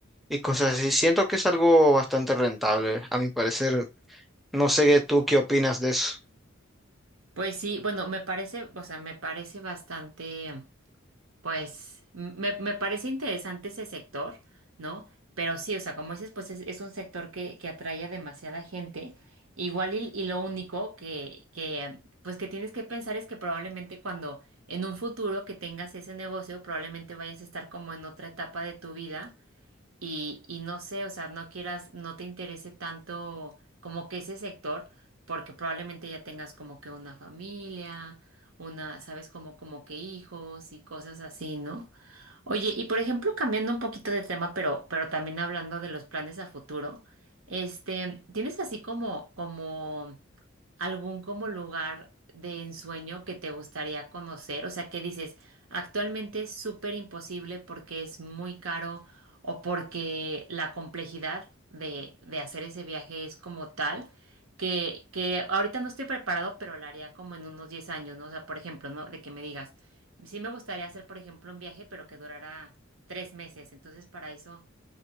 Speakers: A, in the centre; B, on the right.
A: y cosas así. Siento que es algo bastante rentable, a mi parecer. No sé qué- tú qué opinas de eso.
B: pues sí, bueno, me parece, o sea, me parece bastante. Pues me, me parece interesante ese sector, ¿no? Pero sí, o sea, como dices, pues es, es un sector que, que atrae a demasiada gente. Igual y, y lo único que, que, pues que tienes que pensar es que probablemente cuando en un futuro que tengas ese negocio, probablemente vayas a estar como en otra etapa de tu vida y, y no sé, o sea, no quieras, no te interese tanto como que ese sector, porque probablemente ya tengas como que una familia, una, sabes, como, como que hijos y cosas así, ¿no? Oye, y por ejemplo, cambiando un poquito de tema, pero, pero también hablando de los planes a futuro, este, ¿tienes así como, como algún como lugar de ensueño que te gustaría conocer? O sea, que dices, actualmente es súper imposible porque es muy caro o porque la complejidad de, de hacer ese viaje es como tal que, que ahorita no estoy preparado, pero lo haría como en unos 10 años, ¿no? O sea, por ejemplo, ¿no? De que me digas, sí me gustaría hacer, por ejemplo, un viaje, pero que durara tres meses. Entonces, para eso